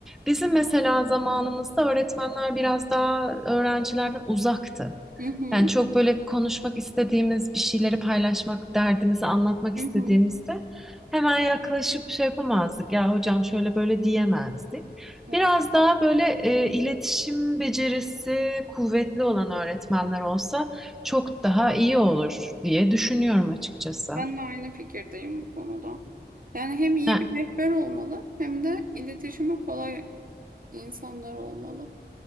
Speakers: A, in the centre; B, on the right.
A: bizim mesela zamanımızda öğretmenler biraz daha öğrencilerden uzaktı.
B: hı hı,
A: Yani çok böyle konuşmak istediğimiz bir şeyleri paylaşmak, derdimizi anlatmak
B: hı
A: istediğimizde
B: hı.
A: hemen yaklaşıp şey yapamazdık. Ya hocam şöyle böyle diyemezdik.
B: Evet,
A: Biraz daha böyle e, iletişim becerisi kuvvetli olan öğretmenler olsa çok daha iyi olur diye düşünüyorum açıkçası.
B: ben de aynı fikirdeyim bu konuda. Yani hem iyi
A: Yani
B: bir rehber olmalı hem de iletişimi kolay insanlar olmalı.